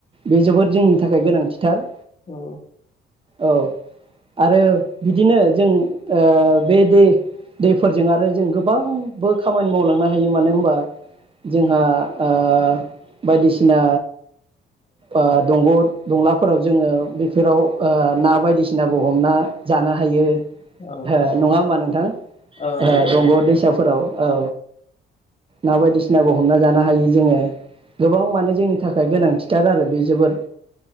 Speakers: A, on the right (about 25°); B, on the left (about 35°).
A: बे जोबोद जोंनि थाखाय गोनांथिथार
B: औ
A: औ आरो बिदिनो जों ओ बे दै दैफोरजों आरो जों गोबांबो खामानि मावलांनो हायो मानो होमबा जोंहा ओ बायदिसिना ओ दंग दंलाफोराव जोङो बेफोराव आ ना बायदिसिनाबो हमना जानो हायो।
B: औ
A: हो नङा होमबा नोंथां ओ
B: औ नंगौ
A: दंग दैसाफोराव औ ना बायदिसिनाबो हमना जानो हायो जोङो गोबां मानो जोंनि थाखाय गोनांथि थिथार आरो बे जोबोद